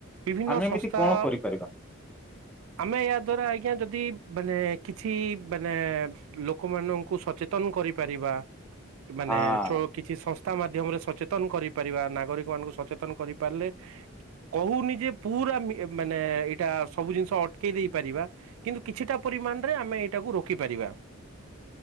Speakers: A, on the right; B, in the centre.
A: ବିଭିନ୍ନ
B: ଆମେ
A: ସଂସ୍ଥା
B: ଏମିତି କଣ କରିପାରିବା?
A: ଆମେ ୟା ଦ୍ଵାରା ଆଜ୍ଞା ଯଦି ମାନେ କିଛି ମାନେ ଲୋକମାନଙ୍କୁ ସଚେତନ କରିପାରିବା ମାନେ
B: ହଁ
A: ଛୋ କିଛି ସଂସ୍ଥା ମାଧ୍ୟମରେ ସଚେତନ କରିପାରିବା ନାଗରିକମାନଙ୍କୁ ସଚେତନ କରିପାରିଲେ କହୁନି ଯେ ପୁରା ମାନେ ଏଇଟା ସବୁ ଜିନିଷ ଅଟକେଇ ଦେଇପାରିବା କିନ୍ତୁ କିଛିଟା ପରିମାଣରେ ଆମେ ଏଇଟାକୁ ରୋକିପାରିବା।